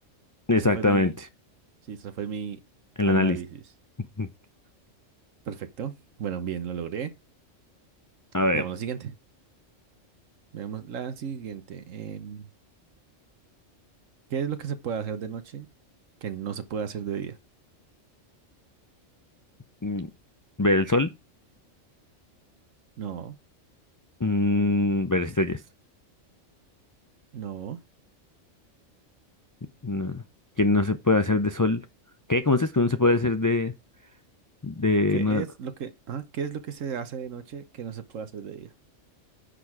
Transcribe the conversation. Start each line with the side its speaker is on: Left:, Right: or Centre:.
Left: Exactamente.
Right: Esa fue mi, sí, esa fue mi
Left: El
Right: análisis.
Left: análisis. <laughs>
Right: Perfecto. Bueno, bien, lo logré.
Left: A ver,
Right: Veamos la siguiente. Veamos la siguiente. Em, ¿qué es lo que se puede hacer de noche que no se puede hacer de día?
Left: mm, ver el sol.
Right: No.
Left: Mm, ver estrellas.
Right: No.
Left: No, que no se puede hacer de sol. ¿Qué? ¿Cómo dices que no se puede hacer de, de
Right: ¿Qué
Left: no-
Right: es lo que, ah, qué es lo que se hace de noche que no se puede hacer de día?